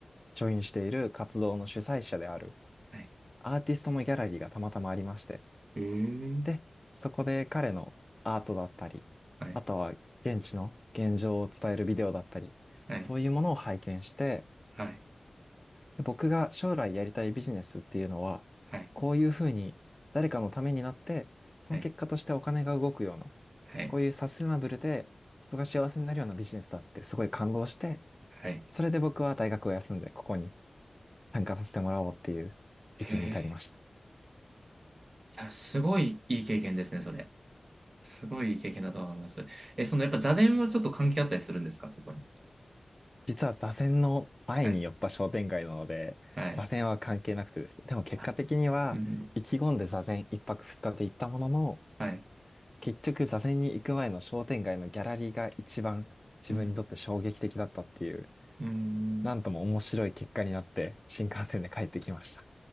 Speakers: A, on the left; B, on the right.
A: ジョインしている活動の主催者である
B: はい
A: アーティストのギャラリーがたまたまありまして、
B: えー、
A: で、そこで彼のアートだったり、
B: はい、
A: あとは現地の現状を伝えるビデオだったり、
B: はい、
A: そういうものを拝見して、
B: はい、
A: で僕が将来やりたいビジネスっていうのは、
B: はい、
A: こういうふうに誰かのためになって、その結果としてお金が動くような、
B: はい、はい、
A: こういうサステナブルで人が幸せになるようなビジネスだってすごい感動して、
B: はい。
A: それで僕は大学を休んでここに参加させてもらおうっていう域に至りました。
B: へえ、あ、すごいいい経験ですね、それ。すごいいい経験だと思います。え、そのやっぱ座禅はちょっと関係あったりするんですか、そこに。
A: 実は座禅の前に寄った商店街なので、
B: はい、はい、
A: 座禅は関係なくてですね。でも結果的には、
B: はいうん、
A: 意気込んで座禅一泊二日で行ったものの、
B: はい、
A: 結局座禅に行く前の商店街のギャラリーが一番自分にとって衝撃的だったっていう、
B: うん、うん。
A: なんとも面白い結果になって新幹線で帰ってきました。